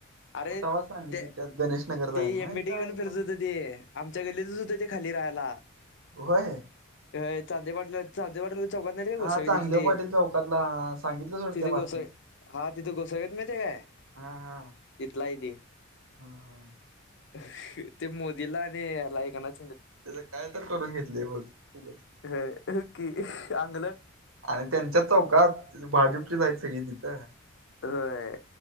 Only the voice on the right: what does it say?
मग तव्हा सांगितल
त्यात गणेश नगरचा
आहे मग
इथं
आहे
पण
व्हय
हा चांगदेव
पाटील चौकातला सांगितलं सोड
त्या बातमीत
हा हा
हा.. हा..
त्याजा काय तर करून घेतले बघ उगाच.
आणि त्यांच्या चौकात भाजपचीच आहेत सगळी तिथं.